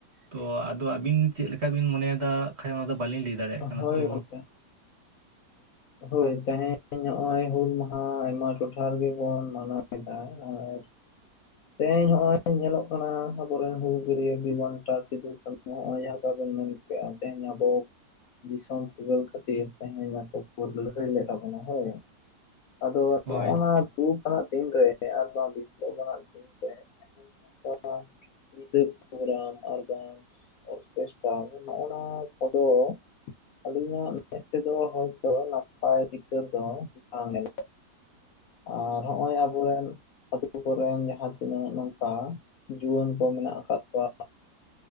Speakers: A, on the right; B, on the left.
A: ᱛᱚ, ᱟᱫᱚ ᱟᱹᱵᱤᱱ ᱼᱼ? ᱪᱮᱫ ᱞᱮᱠᱟ ᱵᱤᱱ ᱢᱚᱱᱮᱭ ᱫᱟ, ᱠᱷᱟᱱ ᱚᱱᱟ ᱫᱚ ᱵᱟᱹᱞᱤᱧ ᱞᱟᱹᱭ ᱫᱟᱲᱮᱭᱟᱜ ᱠᱟᱱᱟ
B: ᱦᱳᱭ
A: ᱛᱚ᱾
B: ᱜᱚᱝᱠᱮ ᱦᱳᱭ ᱛᱮᱦᱮᱧ ᱱᱚᱜᱼᱚᱭ ᱦᱩᱞ ᱢᱟᱦᱟ, ᱟᱭᱢᱟ ᱴᱚᱴᱷᱟ ᱨᱮᱜᱮ ᱵᱚᱱ ᱢᱟᱱᱟᱣ ᱮᱫᱟ ᱟᱨᱼᱼ ᱛᱮᱦᱮᱧ ᱱᱚᱜᱼᱚᱭ ᱧᱮᱞᱚᱜ ᱠᱟᱱᱟ, ᱟᱵᱚᱨᱮᱱ ᱦᱩᱞᱜᱟᱹᱨᱭᱟᱹ ᱵᱤᱨ ᱵᱟᱱᱴᱟ ᱥᱤᱫᱩ ᱠᱟᱹᱱᱦᱩ ᱱᱚᱜ ᱚᱭ ᱡᱟᱦᱟᱸ ᱞᱮᱠᱟᱵᱚᱱ ᱢᱮᱱ ᱠᱮᱫᱼᱟ, ᱛᱮᱦᱮᱧ ᱟᱵᱚᱼᱼ ᱫᱤᱥᱚᱢ ᱯᱷᱩᱨᱜᱟᱹᱞ ᱠᱷᱟᱹᱛᱤᱨ, ᱛᱮᱦᱮᱧ ᱟᱠᱚ ᱠᱚ ᱞᱟᱹᱲᱦᱟᱹᱭ ᱞᱮᱫ ᱛᱟᱵᱚᱱᱟ ᱦᱳᱭ᱾ ᱟᱫᱚ
A: ᱦᱳᱭ
B: ᱱᱚᱜᱼᱱᱟ ᱫᱩᱠ ᱟᱱᱟᱜ ᱫᱤᱱ ᱨᱮ, ᱟᱨ ᱵᱟᱝ ᱵᱤᱵᱞᱚᱵᱽ ᱟᱱᱟᱜ ᱫᱤᱱ ᱨᱮᱼᱼ ᱚᱸ <unintelligible> ᱧᱤᱫᱟᱹ ᱯᱨᱳᱜᱨᱟᱢ ᱟᱨ ᱵᱟᱝ ᱚᱨᱠᱮᱥᱴᱟᱨ ᱱᱚᱜᱼᱱᱟ ᱠᱚᱫᱚ᱾ ᱟᱹᱞᱤᱧᱟᱜ ᱢᱮᱫ ᱛᱮᱫᱚ ᱦᱚᱭᱛᱚ ᱱᱟᱯᱟᱭ, ᱪᱤᱛᱟᱹᱨ ᱫᱚ ᱵᱟᱝ ᱧᱮᱞᱚᱜ ᱠᱟᱱᱟ᱾ ᱟᱨ ᱦᱚᱜᱼᱚᱭ ᱟᱵᱚᱨᱮᱱ ᱾ ᱟᱹᱛᱩ ᱠᱚᱨᱮᱱ ᱡᱟᱦᱟᱸ ᱛᱤᱱᱟᱹᱜ ᱱᱚᱝᱠᱟ ᱡᱩᱣᱟᱹᱱ ᱠᱚ ᱢᱮᱱᱟᱜ ᱟᱠᱟᱫ ᱠᱚᱣᱟ